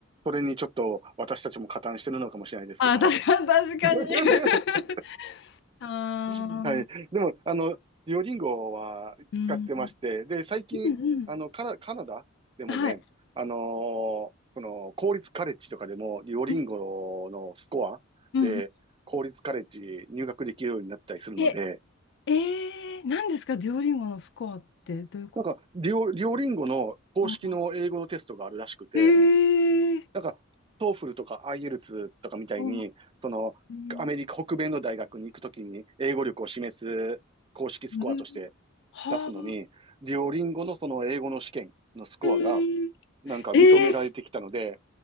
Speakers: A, on the right; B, on the left.
A: それにちょっと私たちも加担してるのかもしれないですけど。
B: あ、確か確かに。
A: <laughs>
B: <laughs> あ
A: <laughs> はい。
B: あ、
A: でも、あの、デュオリンゴは使ってまして、
B: うん、
A: で、最近、
B: うん、うん。
A: あの、カナ、カナダでもね、
B: はい。
A: あのーその、公立カレッジとかでも、デュオリンゴのスコアで、
B: うん、うん。
A: 公立カレッジ入学できるようになってたりするので、
B: え、えー、何ですか、デュオリンゴのスコアってどういうこと
A: なんか、デュオ、デュオリンゴの公式の英語のテストがあるらしくて、
B: あえー、
A: なんか、トーフルとか IELTS とかみたいに、
B: あ
A: その、
B: えー
A: アメリカ北米の大学に行くときに英語力を示す公式スコアとして
B: えーはあ、
A: 出すのに、デュオリンゴのその英語の試験のスコアが
B: えー、
A: なんか認められてきたので、
B: えー、